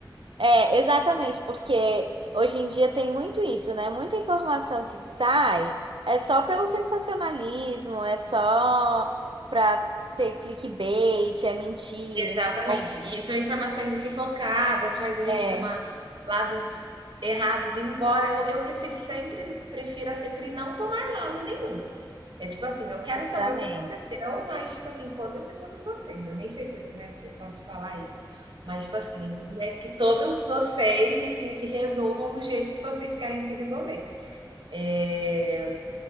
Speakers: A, on the right; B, on the right.
A: é, exatamente, porque hoje em dia tem muito isso, né? Muita informação que sai é só pelo sensacionalismo, é só pra ter clickbait, é mentira.
B: Exatamente.
A: Bom,
B: E são informações equivocadas, faz a gente
A: É.
B: tomar lados errados, embora eu, eu prefiro sempre, prefira sempre não tomar lado nenhum. É tipo assim, eu quero
A: Justamente.
B: saber o que aconteceu, mas tipo assim, foda-se todos vocês. Eu nem sei se, né, se eu posso falar isso. Mas tipo assim, né, que todos vocês, enfim, se resolvam do jeito que vocês querem se resolver. É,